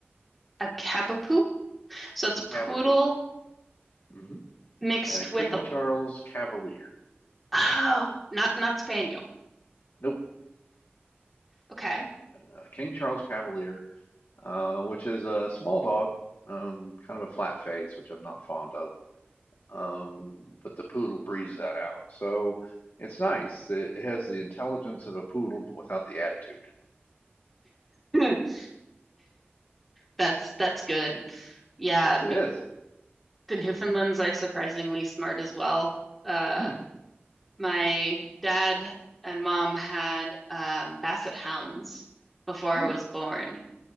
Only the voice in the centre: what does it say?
a Cavapoo. So
it's a poodle
mixed
with a
oh, not not spaniel.
Okay.
<laughs> That's that's good. Yeah,
the Newfoundlands are surprisingly smart as well. Uh,
my dad and mom had um, Basset hounds before I
was born,